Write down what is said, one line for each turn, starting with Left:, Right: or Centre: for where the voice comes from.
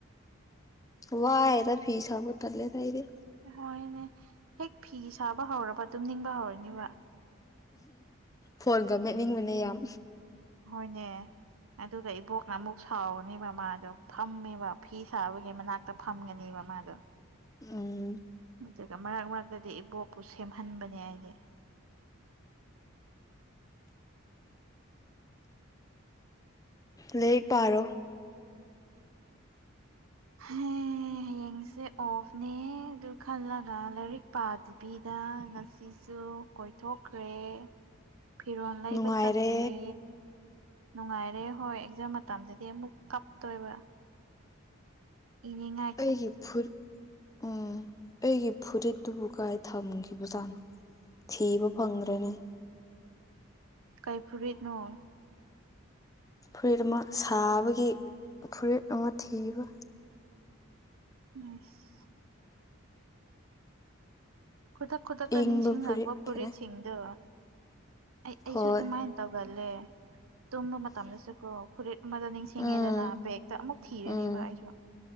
Left: ꯋꯥꯌꯦꯗ ꯐꯤ ꯁꯥꯕ ꯇꯜꯂꯦꯗ ꯑꯩꯗꯤ
Right: ꯍꯣꯏꯅꯦ ꯍꯦꯛ ꯐꯤ ꯁꯥꯕ ꯍꯧꯔꯕ ꯇꯨꯝꯅꯤꯡꯕ ꯍꯧꯔꯅꯤꯕ
Left: ꯐꯣꯟꯒ ꯃꯦꯠꯅꯤꯡꯕꯅꯦ ꯌꯥꯝ
Right: ꯍꯣꯏꯅꯦ ꯑꯗꯨꯒ ꯏꯕꯣꯛꯅ ꯑꯃꯨꯛ ꯁꯥꯎꯔꯅꯦꯕ ꯃꯥꯗꯣ ꯐꯝꯃꯦꯕ ꯐꯤ ꯁꯥꯕꯒꯤ ꯃꯅꯥꯛꯇ ꯐꯝꯒꯅꯤꯕ ꯃꯥꯗꯣ
Left: ꯎꯝ
Right: ꯑꯗꯨꯒ ꯃꯔꯛ ꯃꯔꯛꯇꯗꯤ ꯏꯕꯣꯛꯄꯨ ꯁꯦꯝꯍꯟꯕꯅꯤ ꯑꯩꯗꯤ
Left: ꯂꯥꯏꯔꯤꯛ ꯄꯥꯔꯣ
Right: ꯍꯩ ꯍꯌꯦꯡꯁꯦ ꯑꯣꯐꯅꯦ ꯑꯗꯨ ꯈꯜꯂꯒ ꯂꯥꯏꯔꯤꯛ ꯄꯥꯗꯕꯤꯗ ꯉꯁꯤꯁꯨ ꯀꯣꯏꯊꯣꯛꯈ꯭ꯔꯦ ꯐꯤꯔꯣꯜ ꯂꯩꯕ
Left: ꯅꯨꯡꯉꯥꯏꯔꯦ
Right: ꯆꯠꯈ꯭ꯔꯦ ꯅꯨꯡꯉꯥꯏꯔꯦ ꯍꯣꯏ ꯑꯦꯛꯖꯥꯝ ꯃꯇꯝꯗꯗꯤ ꯑꯃꯨꯛ ꯀꯞꯇꯣꯏꯕ ꯏꯅꯤꯉꯥꯏ
Left: ꯑꯩꯒꯤ ꯐꯨ ꯎꯝ ꯑꯩꯒꯤ ꯐꯨꯔꯤꯠꯇꯨꯕꯨ ꯀꯥꯏ ꯊꯝꯈꯤꯕꯖꯥꯠꯅꯣ ꯊꯤꯕ ꯐꯪꯗ꯭ꯔꯦꯅꯦ
Right: ꯀꯩ ꯐꯨꯔꯤꯠꯅꯣ
Left: ꯐꯨꯔꯤꯠ ꯑꯃ ꯁꯥꯕꯒꯤ ꯐꯨꯔꯤꯠ ꯑꯃ ꯊꯤꯕ
Right: ꯑꯁ ꯈꯨꯗꯛ ꯈꯨꯗꯛꯇ
Left: ꯏꯪꯕ
Right: ꯅꯤꯡꯁꯤꯡ ꯂꯛꯄ ꯐꯨꯔꯤꯠ
Left: ꯀꯩꯅꯣ
Right: ꯁꯤꯡꯗꯣ ꯑꯩ ꯑꯩꯁꯨ
Left: ꯍꯣꯏ
Right: ꯑꯗꯨꯃꯥꯏ ꯇꯧꯒꯜꯂꯦ ꯇꯨꯝꯕ ꯃꯇꯝꯗꯁꯨ ꯀꯣ ꯐꯨꯔꯤꯠ ꯑꯃꯗ ꯅꯤꯡꯁꯤꯡꯉꯦꯗꯅ
Left: ꯎꯝ
Right: ꯕꯦꯛꯇ ꯑꯃꯨꯛ ꯊꯤꯔꯅꯦꯕ
Left: ꯎꯝ
Right: ꯑꯩꯁꯨ